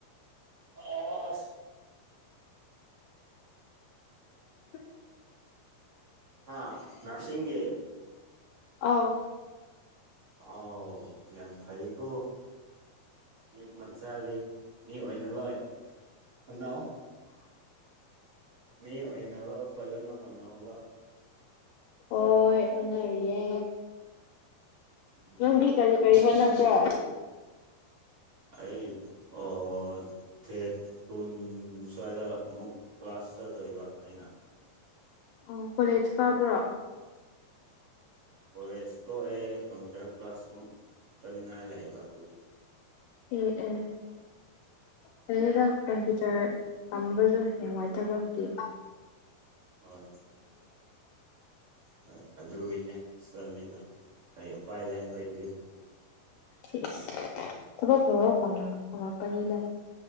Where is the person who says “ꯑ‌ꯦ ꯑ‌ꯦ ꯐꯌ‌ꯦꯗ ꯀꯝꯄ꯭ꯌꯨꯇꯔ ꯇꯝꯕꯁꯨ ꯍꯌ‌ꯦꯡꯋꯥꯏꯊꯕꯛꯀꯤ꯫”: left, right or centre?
Left